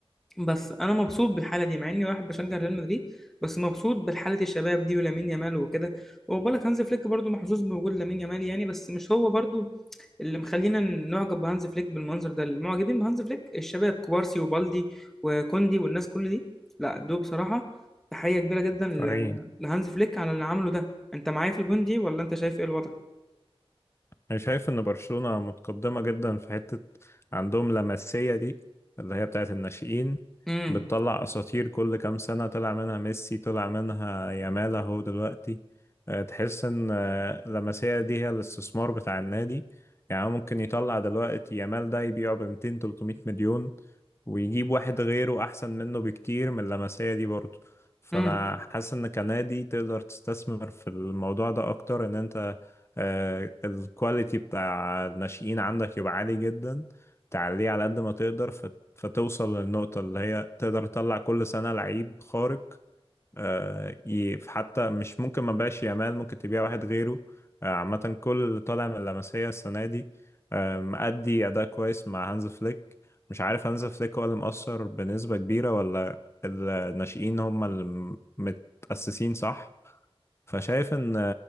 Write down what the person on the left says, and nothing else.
فريقين
انا شايف ان برشلونة متقدمة جدا في حتة عندهم لمسية دي اللي هي بتاعت الناشئين
بتطلع اساطير كل كام سنة طلع منها ميسي طلع منها يامال اهو دلوقتي أه، تحس ان أه، اللمسية دي هي الاستثمار بتاع النادي يعني ممكن يطلع دلوقتي يامال ده يبيعه ب 200 300 مليون ويجيب واحد غيره احسن منه بكتير من اللمسية دي برضه فانا
حاسس ان كنادي تقدر تستثمر في الموضوع ده اكتر ان انت الكواليتي بتاع الناشئين عندك يبقى عالي جدا تعليه على قد ما تقدر فت- فتوصل للنقطة اللي هي تقدر تطلع كل سنة لعيب خارق آه، ي- حتى مش ممكن ما بقاش يامال ممكن تبيع واحد غيره آه، عامة كل اللي طالع من اللمسية السنة دي آه، مأدي أداء كويس مع هانز فليك مش عارف هانز فليك هو اللي مؤثر بنسبة كبيرة ولا الناشئين هم اللي م- متأسسين صح فشايف ان